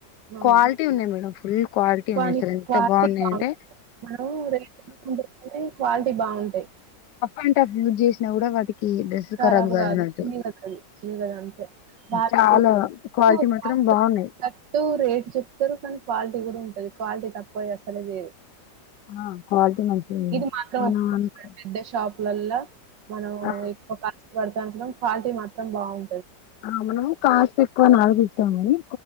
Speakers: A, on the right; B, on the left.
A: అవును.
B: క్వాలిటీ ఉన్నాయి మేడం ఫుల్ క్వాలిటీ
A: కానీ
B: ఉన్నాయి అసలు ఎంత
A: క్వాలిటీ
B: బాగున్నాయ
A: బావుంటాయి.
B: అంటే
A: మనం రేట్ ఎక్కువ ఉన్నప్పుడే క్వాలిటీ బాగుంటాయి
B: అంట యూజ్ చేసినా కూడా వాటికి డ్రెస్
A: కరాబు
B: ఖరాబ్ కాదన్నట్టు
A: కాదు చినగదు అది చినగదు అంతే వాళ్ళట్టు
B: చాలా క్వాలిటీ
A: <unintelligible>
B: మాత్రం బాగున్నాయి
A: టూ రేట్స్ చెప్తారు కానీ క్వాలిటీ కూడా ఉంటది క్వాలిటీ తక్కువ అసాలె లేదు
B: ఆ క్వాలిటీ మంచిగా ఉంది
A: ఇది మాత్రం
B: మనం
A: ఒప్పుకోవచ్చు
B: అనుకు
A: మేడం పెద్ద షాపులాల్ల మనం
B: ఆ
A: ఎక్కువ కాస్ట్ పడుతద్ అనుకుంటాం క్వాలిటీ మాత్రం బాగుం
B: ఆ మనం కాస్ట్ ఎక్కువని ఆలోచిస్తామ కానీ